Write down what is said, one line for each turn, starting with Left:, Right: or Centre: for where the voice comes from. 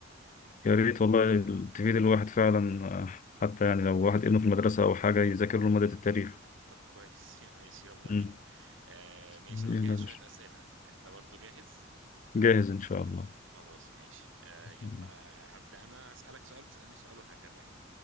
Left: يا ريت والله ال- تفيد الواحد فعلا آه، حتى يعني لو واحد ابنه في المدرسة او حاجة يذاكر له مادة التاريخ
Right: طب كويس <laughs> ماشي يلا بينا
Left: مم.
Right: آه، ماشي
Left: يلا
Right: أنا مجهز
Left: يا
Right: شوية
Left: باشا
Right: أسئلة أنت برضو جاهز
Left: جاهز ان شاء الله
Right: خلاص ماشي آه، يلا
Left: مم.
Right: آه، هبدأ أنا أسألك سؤال تسألني سؤال وهكذا يعني